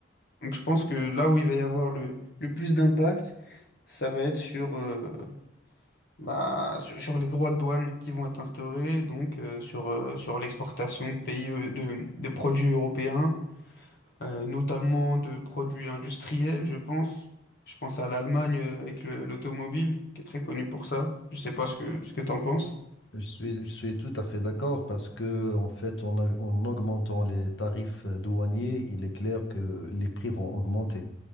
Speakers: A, on the left; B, on the left.
A: Donc je pense que là où il va y avoir le, le plus d'impact, ça va être sur, euh, bah, sur, sur les droits de douane qui vont être instaurés, donc euh, sur, euh, sur l'exportation de pays euh, de, de produits européens, euh, notamment de produits industriels, je pense. Je pense à l'Allemagne euh, avec le- l'automobile, qui est très connue pour ça. Je sais pas ce que, ce que tu en penses.
B: Je suis, je suis tout à fait d'accord parce que, en fait, en, a- en augmentant les tarifs euh, douaniers, il est clair que les prix vont augmenter.